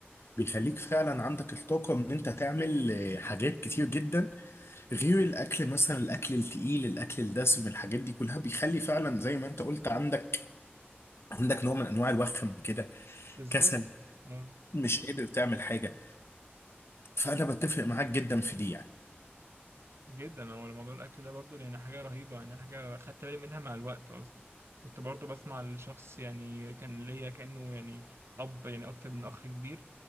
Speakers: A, on the left; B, on the right.
A: بيخليك فعلا عندك الطاقة إن أنت تعمل آه، حاجات كتير جدا غير الاكل مثلا الاكل التقيل الاكل الدسم الحاجات دي كلها بيخلي فعلا زي ما انت قلت عندك عندك نوع من انواع الوخم كده
B: بالظبط
A: كسل
B: اه
A: مش قادر تعمل حاجه فانا بتفق معاك جدا في دي يعني
B: جدا هو موضوع الأكل ده برضو يعني حاجة رهيبة يعني حاجة خدت بالي منها مع الوقت أصلا كنت برضو بسمع لشخص يعني كان ليا كأنه يعني أب يعني أكتر من أخ كبير